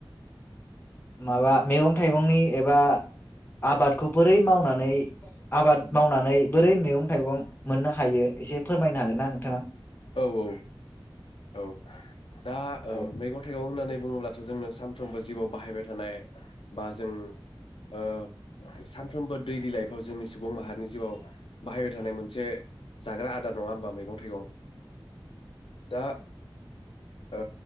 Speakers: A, on the left (about 20°); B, on the left (about 75°).
A: माबा मैगं थाइगंनि एबा। आबादखौ बोरै मावनानै। आबाद मावनानै बोरै मैगं। मैगं थाइगं मोननो हायो एसे फोरमायनो हागोन ना नोंथाङा।
B: औ औ औ दा
A: औ
B: मैगं थाइगं होननानै बुङोब्ला। जोंनो सानफ्रोमबो जिउआव बाहायबाय थानाय बा जों ओ सानफ्रोमबो दै लाइफआव जोंनि सुबुं माहारिनि जिउआव बाहायबाय थानाय मोनसे जाग्रा आदार नङा होमबा मैगं थाइगं। दा ओ